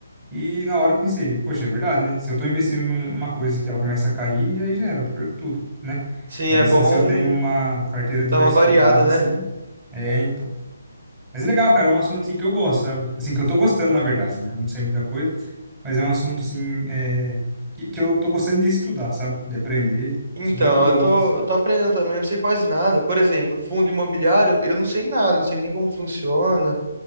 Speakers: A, on the right; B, on the right.
A: E na hora eu pensei, poxa, é verdade, né? Se eu tô investindo num- numa coisa que ela começa a cair, aí já era, eu perco tudo, né?
B: Sim,
A: Mas
B: é bom
A: assim, se eu tenho uma carteira diversificada,
B: dar uma variada, né?
A: assim, é, então. Mas é legal, cara, é um assunto assim, que eu gosto, sabe? Assim, que eu tô gostando, na verdade, né? Eu não sei muita coisa, mas é um assunto assim é, que, que eu tô gostando de estudar, sabe? De aprender.
B: Então,
A: Sou bem curioso,
B: eu tô,
A: assim.
B: eu tô aprendendo também, não sei quase nada. Por exemplo, fundo imobiliário, eu não sei nada, não sei nem como funciona.